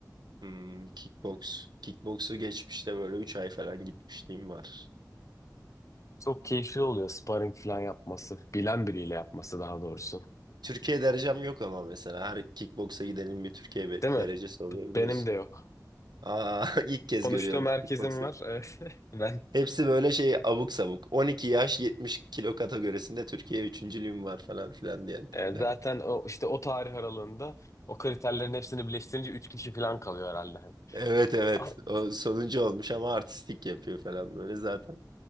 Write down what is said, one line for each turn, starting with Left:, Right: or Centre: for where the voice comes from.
Right: Hmm, kickbox. Kickboksu geçmişte böyle 3 ay falan gitmişliğim var.
Left: Çok keyifli oluyor sparring falan yapması. Bilen biriyle yapması daha doğrusu.
Right: Türkiye derecem yok ama mesela her kickboksa gidenin bir Türkiye be-
Left: Değil mi?
Right: derecesi oluyor
Left: B-
Right: biliyorsun.
Left: Benim de yok.
Right: Aa <laughs> ilk kez
Left: Konuştuğum
Right: görüyorum
Left: herkesin
Right: kickboksu.
Left: var. <laughs> Evet. Ben
Right: Hepsi böyle şey abuk sabuk. 12 yaş 70 kilo kategorisinde Türkiye üçüncülüğüm var falan filan diyen tipler.
Left: e, zaten o işte o tarih aralığında o kriterlerin hepsini birleştirince 3 kişi falan kalıyor herhalde.
Right: Evet evet.
Left: <laughs>
Right: O sonuncu olmuş ama artistik yapıyor falan böyle zaten.